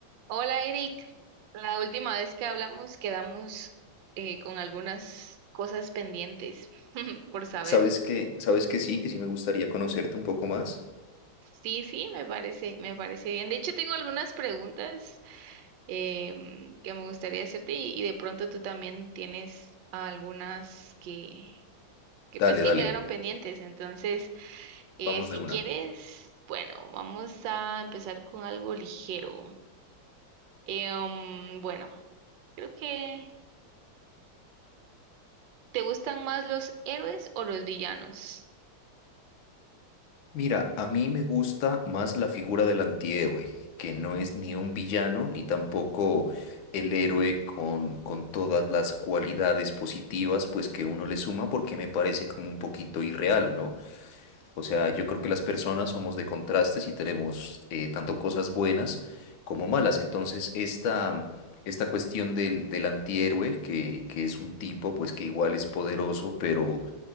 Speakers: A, on the right (about 70°); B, on the left (about 75°).
A: Hola Eric, la última vez que hablamos quedamos eh, con algunas cosas pendientes <laughs> por saber.
B: ¿Sabes que ¿Sabes que sí? Que sí me gustaría conocerte un poco más.
A: Sí, sí, me parece, me parece bien. De hecho, tengo algunas preguntas em, que me gustaría hacerte y, y de pronto tú también tienes algunas que, que
B: Dale,
A: pues que
B: dale,
A: quedaron pendientes. Entonces, eh,
B: vamos
A: si
B: de una.
A: quieres, bueno, vamos a empezar con algo ligero. Em, bueno, creo que ¿Te gustan más los héroes o los villanos?
B: Mira, a mí me gusta más la figura del antihéroe, que no es ni un villano ni tampoco el héroe con, con todas las cualidades positivas pues que uno le suma porque me parece como un poquito irreal, ¿no? O sea, yo creo que las personas somos de contrastes y tenemos eh, tanto cosas buenas como malas. Entonces, esta, esta cuestión del, del antihéroe, que, que es un tipo pues que igual es poderoso, pero